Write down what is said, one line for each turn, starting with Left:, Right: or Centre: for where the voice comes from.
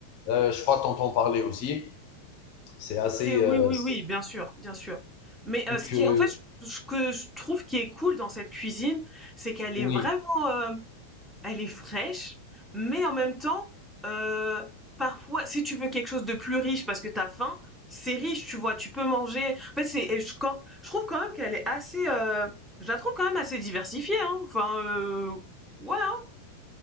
Left: euh, je crois que t'entends parler aussi. C'est assez...
Centre: Ok, oui,
Left: euh,
Centre: oui,
Left: c'est-
Centre: oui, bien sûr, bien sûr. Mais
Left: donc,
Centre: euh, ce qui,
Left: euh,
Centre: en fait, je- ce que je trouve qui est cool dans cette cuisine, c'est qu'elle
Left: oui,
Centre: est vraiment, euh, Elle est fraîche, mais en même temps, euh, parfois, si tu veux quelque chose de plus riche parce que t'as faim, c'est riche, tu vois, tu peux manger. En fait, c'est, et je, quand- je trouve quand même qu'elle est assez, euh, je la trouve quand même assez diversifiée, hein. Enfin, euh, ouais, hein.